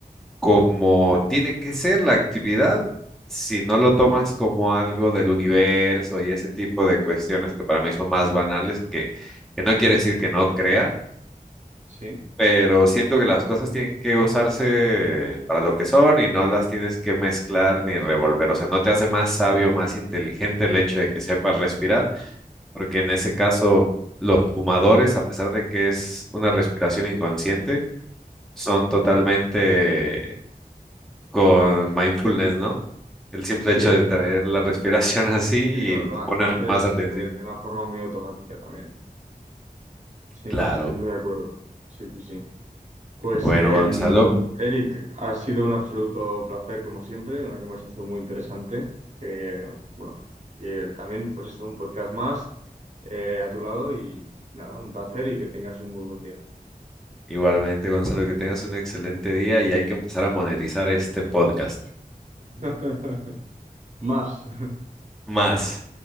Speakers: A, in the centre; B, on the right (about 50°).
A: como tiene que ser la actividad, si no lo tomas como algo del universo y ese tipo de cuestiones que para mí son más banales, que, que no quiere
B: Sí,
A: decir que no crea,
B: sí,
A: pero siento que las cosas tienen que usarse para lo que son y no las tienes que mezclar ni revolver. O sea, no te hace más sabio, más inteligente el hecho de que sepas respirar, porque en ese caso... Los fumadores, a pesar de que es una respiración inconsciente, son totalmente con mindfulness, ¿no? El simple
B: sí,
A: hecho de traer la respiración <laughs> así
B: sí, lo,
A: y
B: lo-
A: te pone
B: lo haces
A: más atención.
B: eh, de una forma muy automática también. Sí,
A: Claro.
B: estoy muy de acuerdo. Sí, sí, sí. Pues,
A: Bueno,
B: em,
A: Gonzalo,
B: Eric, ha sido un absoluto placer, como siempre, una conversación muy interesante. Eh, bueno, y, eh, también, pues, es un podcast más eh, a tu lado y nada, un placer y que tengas un muy buen día.
A: igualmente, Gonzalo, que tengas un excelente día y hay que empezar a monetizar este podcast.
B: <laughs> Más.
A: Más.